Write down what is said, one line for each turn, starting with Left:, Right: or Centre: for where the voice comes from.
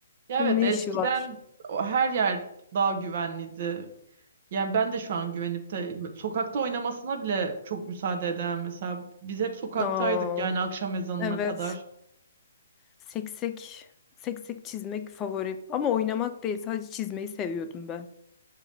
Right: Ya
Left: Şimdi
Right: evet
Left: ne
Right: eskiden
Left: işi var?
Right: o- her yer daha güvenliydi. Yani ben de şu an güvenip de sokakta oynamasına bile çok müsaade eden mesela biz hep sokaktaydık
Left: Aa,
Right: yani akşam ezanına
Left: evet.
Right: kadar.
Left: Seksek, seksek çizmek favorim. Ama oynamak değil, sadece çizmeyi seviyordum ben.